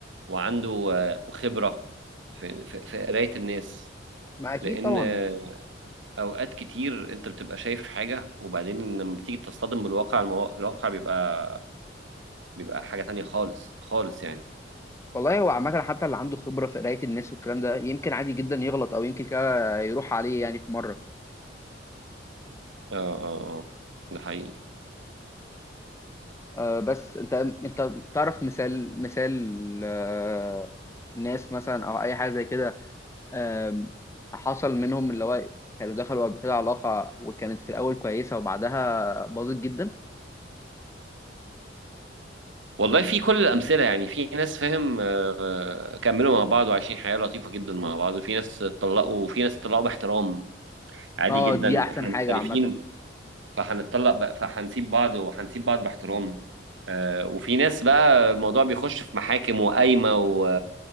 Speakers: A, on the right; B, on the left.
A: وعنده آه، خبرة في في في قراية الناس
B: ما اكيد
A: لأن
B: طبعا
A: آه، أوقات كتير أنت بتبقى شايف حاجة وبعدين لما بتيجي تصطدم بالواقع المو... الواقع بيبقى بيبقى حاجة تانية خالص خالص يعني
B: والله هو عامه حتى اللي عنده خبره في قرايه الناس والكلام ده يمكن عادي جدا يغلط او يمكن كده يروح عليه يعني في مره
A: اه اه اه ده حقيقي
B: آه، بس انت انت تعرف مثال مثال آه، ناس مثلا او اي حاجه زي كده آم، حصل منهم اللي هو كانوا دخلوا قبل كده علاقة وكانت في الأول كويسة وبعدها باظت جدا
A: والله في كل الأمثلة يعني في ناس فاهم آه، آه، كملوا مع بعض وعايشين حياة لطيفة جدا مع بعض وفي ناس اتطلقوا وفي ناس اتطلقوا باحترام عادي
B: اه
A: جدا
B: دي أحسن
A: احنا
B: حاجة
A: مختلفين
B: عامة
A: فهنتطلق بقى فهنسيب بعض وهنسيب بعض باحترام آه، وفي ناس بقى الموضوع بيخش في محاكم وقايمة و...